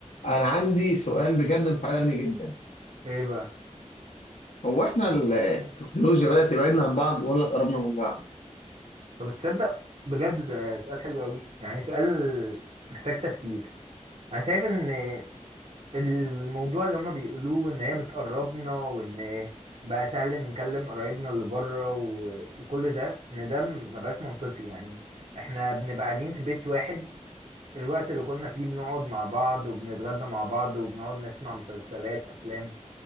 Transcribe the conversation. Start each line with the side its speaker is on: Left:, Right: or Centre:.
Left: انا عندي سؤال بجد محيرني جدا
Right: ايه بقى
Left: هو احنا ال- التكنولوجيا بدأت تبعدنا عن بعض ولا قربنا من بعض
Right: طب تصدق بجد ده سؤال حلو قوي يعني سؤال محتاج تفكير انا شايف ان الموضوع اللي هما بيقولوه ان هي بتقربنا وان بقى سهل نكلم قرايبنا اللي بره و... وكل ده ان ده مبقاش منطقي يعني احنا بنبقى قاعدين في بيت واحد الوقت اللي كنا فيه بنقعد مع بعض وبنتغدى مع بعض وبنقعد نسمع مسلسلات افلام